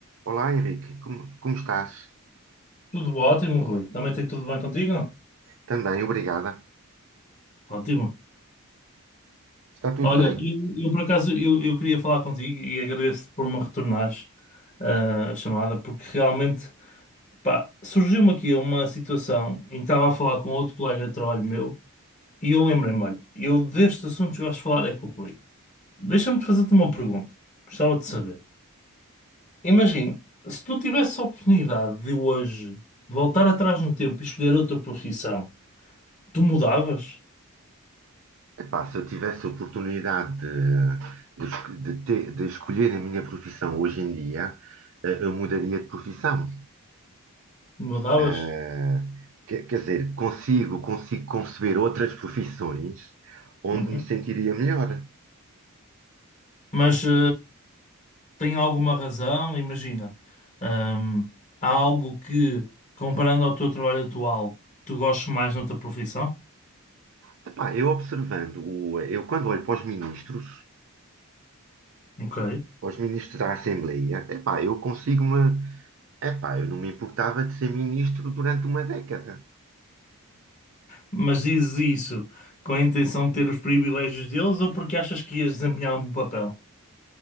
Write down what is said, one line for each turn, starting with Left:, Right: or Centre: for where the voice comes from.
Right: Olá Henrique, como, como estás?
Left: Tudo ótimo, Rui. Também tem tudo bem contigo?
Right: Também, obrigada.
Left: Ótimo.
Right: Está tudo
Left: Olha,
Right: bem?
Left: eu, eu, por acaso eu, eu queria falar contigo e agradeço-te por me retornares ah, a chamada, porque realmente pá, surgiu-me aqui uma situação em que estava a falar com outro colega de trabalho meu e eu lembrei-me, olha, eu destes assuntos que gosto de falar é com o Rui. Deixa-me fazer-te uma pergunta. Gostava de saber. Imagina, se tu tivesse a oportunidade de hoje voltar atrás no tempo e escolher outra profissão, tu mudavas?
Right: Epá, se eu tivesse a oportunidade de, de es- de ter- de escolher a minha profissão hoje em dia, eh, eu mudaria de profissão.
Left: Mudavas?
Right: Eh, quer, quer dizer, consigo, consigo conceber outras profissões onde
Left: Uhum.
Right: me sentiria melhor.
Left: Mas eh, tem alguma razão, imagina. hum, há algo que, comparando ao teu trabalho atual, tu gostes mais noutra profissão?
Right: Epá, eu observando, o, eu quando olho para os ministros,
Left: Ok.
Right: para os ministros da Assembleia, epá, eu consigo-me. Epá, eu não me importava de ser ministro durante uma década.
Left: Mas dizes isso com a intenção de ter os privilégios deles ou porque achas que ias desempenhar um bom papel?